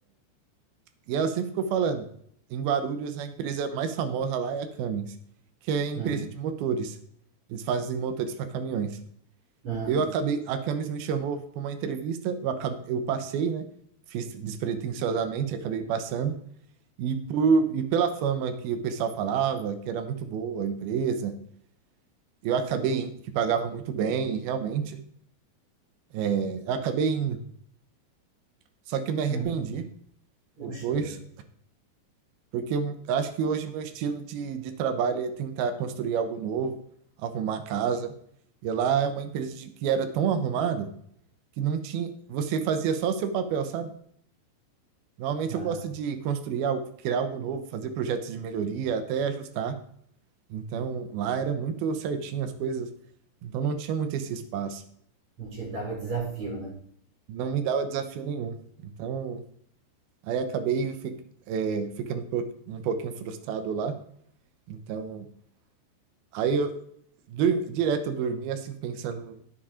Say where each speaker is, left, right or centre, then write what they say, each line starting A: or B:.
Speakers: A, on the right; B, on the right.
A: E ela sempre ficou falando, em Guarulhos a empresa mais famosa lá é a Cummins, que é a empresa
B: Hum,
A: de motores. Eles fazem motores para caminhões.
B: hum,
A: Eu acabei, a Cummins me chamou para uma entrevista, eu, acabei, eu passei, né? Fiz despretensiosamente, acabei passando. E, por, e pela fama que o pessoal falava, que era muito boa a empresa, eu acabei que pagava muito bem, e realmente, é, eu acabei indo. Só que eu me arrependi
B: hum. Puxa
A: depois,
B: vida.
A: Porque eu acho que hoje meu estilo de, de trabalho é tentar construir algo novo, arrumar a casa. E lá é uma empresa de- que era tão arrumada que não tinha, você fazia só o seu papel, sabe? Normalmente
B: Ah,
A: eu gosto de construir, algo- criar algo novo, fazer projetos de melhoria, até ajustar. Então lá era muito certinho as coisas, então não tinha muito esse espaço.
B: não te dava desafio, né?
A: Não me dava desafio nenhum. Então aí acabei fi- é, ficando um po- um pouquinho frustrado lá. Então aí eu Dur- direto eu dormia assim pensando,